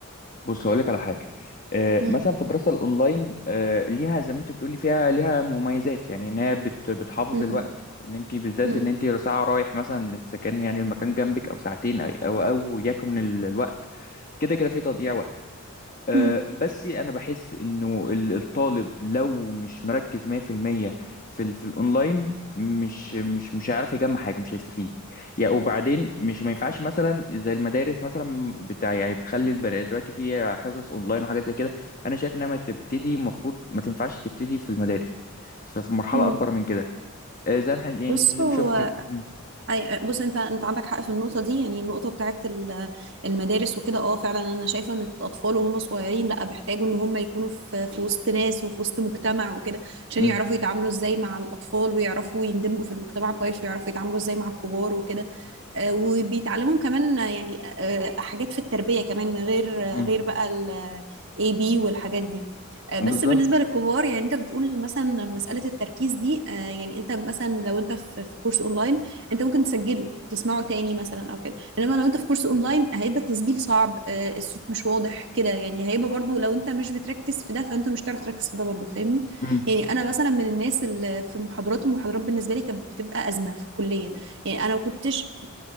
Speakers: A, on the left (about 40°); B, on the right (about 55°).
A: بص هقول لك على حاجة آه،
B: مم.
A: مثلا في الدراسة الأونلاين آه، ليها زي ما أنت بتقولي فيها ليها مميزات يعني إن هي بت بتحافظ
B: مم.
A: الوقت إن أنت بالذات
B: مم.
A: إن أنت ساعة رايح مثلا إذا كان يعني المكان جنبك أو ساعتين أو أو أو يكن ال- الوقت كده كده في تضييع وقت آه،
B: مم.
A: بس انا بحس انه ال- الطالب لو مش مركز 100% في المية في ال- في الاونلاين مش مش مش هيعرف يجمع حاجه مش هيستفيد يعني وبعدين مش ما ينفعش مثلا زي المدارس مثلا بتاع يعني بتخلي البني دلوقتي في حصص اونلاين وحاجات زي كده انا شايف انها ما تبتدي المفروض ما تنفعش تبتدي في المدارس ففي مرحله
B: مم.
A: اكبر من كده آه، زي ما احنا يعني
B: بص
A: أنت زي
B: هو
A: ما شفتي م-
B: اي بص انت انت عندك حق في النقطه دي يعني النقطه بتاعت ال- المدارس وكده اه فعلا انا شايفه ان الاطفال وهم صغيرين لا بيحتاجوا ان هم يكونوا في في وسط ناس وفي وسط مجتمع وكده عشان
A: م-
B: يعرفوا يتعاملوا ازاي مع الاطفال ويعرفوا يندمجوا في المجتمع كويس ويعرفوا يتعاملوا ازاي مع الكبار وكده آه، وبيتعلموا كمان آه، يعني آه، حاجات في التربية كمان غير آه،
A: م.
B: غير بقى ال A B والحاجات دي آه، بس
A: بالظبط
B: بالنسبة للكبار يعني انت بتقول مثلا مسألة التركيز دي آه، يعني انت مثلا لو انت في في كورس اونلاين انت ممكن تسجله تسمعه تاني مثلا او كده انما لو انت في كورس اونلاين هيبقى تسجيل صعب آه، الصوت مش واضح كده يعني هيبقى برضو لو انت مش بتركز في ده فانت مش هتعرف تركز في ده برضو فاهمني
A: م.
B: يعني انا مثلا من الناس اللي في المحاضرات المحاضرات بالنسبة لي كانت بتبقى أزمة في الكلية يعني انا ما كنتش